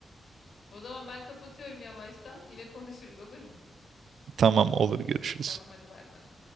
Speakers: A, on the left; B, on the right.
A: O zaman ben kapatıyorum yavaştan. Yine konuşuruz olur mu?
B: Tamam olur görüşürüz.
A: Tamam hadi bay bay.